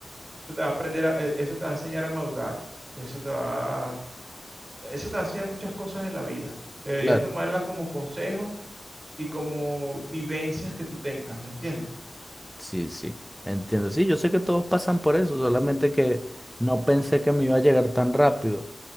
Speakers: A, on the right; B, in the centre.
A: eso te va a aprender, a- e- eso te va a enseñar a madurar, eso te va, eso te va a enseñar muchas cosas en la vida. Deberías
B: claro,
A: tomarla como consejo y como vivencias que tú tengas, ¿me entiendes?
B: sí, sí, entiendo, sí, yo sé que todos pasan por eso, solamente que no pensé que me iba a llegar tan rápido,